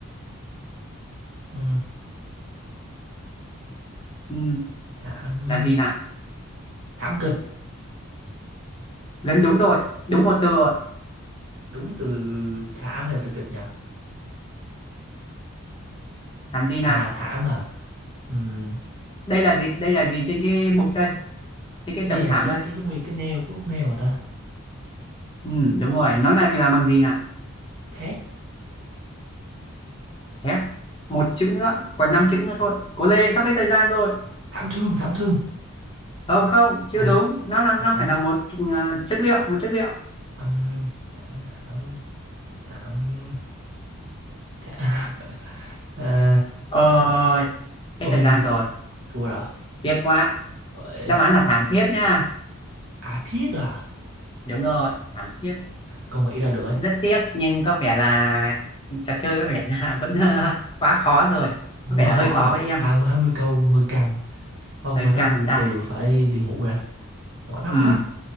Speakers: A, on the right; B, on the left.
A: ừ.
B: Ừ,
A: thảm
B: là gì nào?
A: thảm kịch
B: Gần đúng rồi, đúng một từ rồi.
A: đúng từ thảm hay là từ kịch nhỉ
B: Làm gì
A: à
B: nào?
A: thảm à Ừm,
B: Đây là gì? Đây là gì trên cái bục đây, trên cái
A: cái
B: tấm
A: này là
B: thảm
A: cái
B: đây.
A: cái giống như cái neo cái út neo hả ta
B: Ừ, đúng rồi, nó là làm bằng gì nào?
A: thét
B: Thép. Một chữ nữa, còn năm chữ nữa thôi. Cố lên, sắp hết thời gian rồi.
A: thảm thương thảm thương
B: không không chưa
A: à
B: đúng nó nó nó
A: thảm
B: phải là một ờ, chất liệu một chất liệu
A: ừm, thảm thảm thảm thảm <laughs> à,
B: ôi
A: ôi
B: hết thời gian rồi
A: thua rồi
B: tiếc quá
A: ôi
B: đáp án là thảm thiết nha
A: à thiết à
B: đúng rồi thảm thiết
A: không nghĩ ra được ấy
B: rất tiếc nhưng có vẻ là trò chơi có vẻ là <laughs> vẫn ờ, quá khó rồi
A: quá
B: có vẻ là
A: khó
B: hơi khó
A: rồi
B: với em
A: hai mươi hai mươi câu hơi căng không
B: hơi
A: mà thôi
B: căng đây
A: trừ phải đi ngủ ra mỏi mắt
B: ừ
A: quá